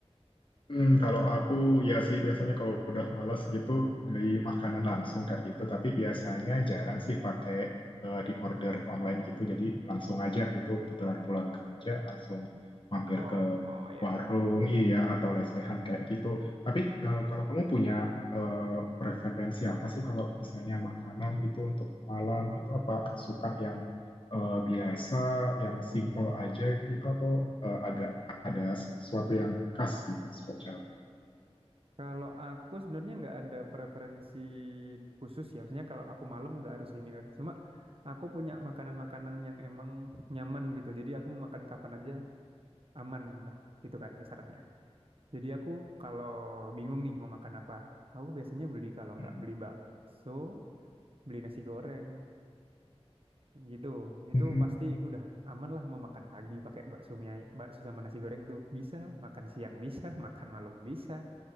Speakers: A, on the left; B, on the right.
A: Hmm, kalau aku ya sih biasanya kalau udah malas gitu beli makanan langsung kayak gitu. Tapi biasanya jarang sih pakai eh, di order online gitu. Jadi langsung aja gitu puteran pulang kerja langsung mampir
B: Oh,
A: ke
B: oh ya
A: warung
B: ya.
A: iya atau lesehan kayak gitu. Tapi eh, kalau kamu punya eh, preferensi apa sih kalau misalnya makanan gitu untuk malam gitu apa suka yang eh, biasa, yang simple aja gitu atau eh, agak ada sesuatu yang khas gitu spesial.
B: Kalau aku sebenarnya nggak ada preferensi khusus ya. Maksudnya kalau aku malam nggak harus ini. nggak harus- Cuma aku punya makanan-makanan yang emang nyaman gitu. Jadi aku mau makan kapan aja aman lah. Gitu kan ya sarannya. Jadi aku kalau bingung nih mau makan apa, aku biasanya beli kalau
A: Hmm.
B: nggak beli bakso, beli nasi goreng gitu. Itu
A: Hmm.
B: pasti udah aman lah mau makan pagi pakai bakso bakso sama nasi goreng tuh bisa, makan siang bisa, <laughs> makan malam bisa